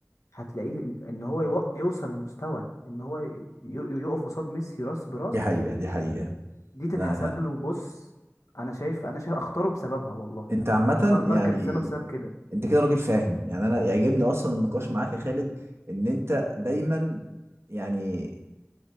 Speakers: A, on the left; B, on the right.
A: هتلاقيه ان إن هو يو- يوصل لمستوى ان هو ي- ي- يقف قصاد ميسي راس براس
B: دي حقيقة دي حقيقة
A: دي تتحسب
B: انا
A: له بص انا شايف انا شايف اختاره بسببها والله
B: انت عامة
A: يعني انا اختار
B: يعني
A: كريستيانو بسبب كده
B: انت كده راجل فاهم يعني انا يعجبني اصلا النقاش معاك يا خالد ان انت دايما يعني